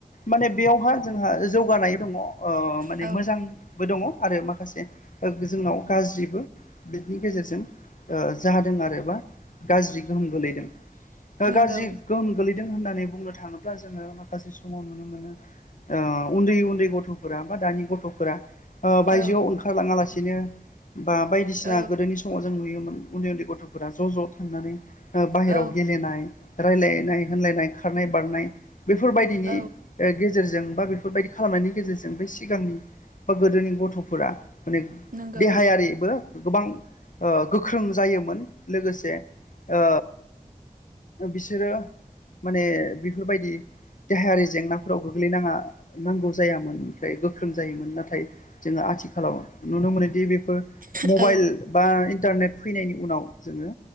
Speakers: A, on the left (about 70°); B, on the right (about 85°).
A: माने बेयावहा जोंहा जौगानाय दङ। अ माने
B: औ
A: मोजांबो दङ आरो माखासे जोंनाव गाज्रिबो बिनि गेजेरजों जादों आरोबा गाज्रि गोहोम गोलैदों।
B: नंगौ
A: गाज्रि गोहोम गोलैदों होननानै बुंनो थाङोब्ला जोङो माखासे समाव नुनो मोनो ओ उन्दै उन्दै गथ'फोरा बा दानि गथ'फोरा ओ बायजोआव
B: औ
A: ओंखारलाङा लासिनो बा बायदिसिना
B: औ
A: गोदोनि समाव जों नुयोमोन उन्दै उन्दै गथ'फोरा ज' ज' थांनानै बाहेरायावाव
B: औ
A: गेलेनाय रायलायनाय होनलायनाय खारनाय बारनाय बेफोरबायदिनि
B: औ
A: गे जेरजों बा बेफोरबायदि खालामनायनि गेजेरजों बे सिगांनि बा गोदोनि गथ'फोरा माने
B: नंगौ
A: देहायारिबो गोबां गोख्रों जायोमोन लोगोसे ओ बिसोरो माने बेफोरबायदि देहायारि जेंनाफोराव गोग्लैनाङा नांगौ जायामोन ओमफ्राय गोख्रों जायोमोन नाथाय जोङो आथिखालाव नुनो मोनोदि बेफोर मबाइल
B: औ
A: बा इन्टारनेट फैनायनि उनाव जोङो